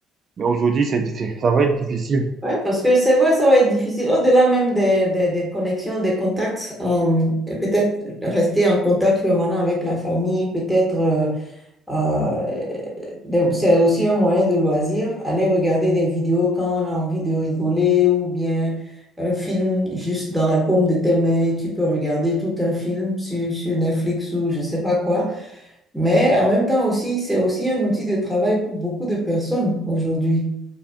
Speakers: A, on the right (about 45°); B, in the centre.
A: Mais aujourd'hui, c'est diffi- ça va être difficile.
B: Ouais, parce que c'est vrai, ça va être difficile. Au-delà même des, des, des connexions, des contacts, euh, et peut-être rester en contact permanent avec la famille, peut-être euh, euh, de- c'est aussi un moyen de loisir, aller regarder des vidéos quand on a envie de rigoler ou bien un film juste dans la paume de tes mains, tu peux regarder tout un film sur, sur Netflix ou je sais pas quoi. Mais en même temps aussi, c'est aussi un outil de travail pour beaucoup de personnes aujourd'hui.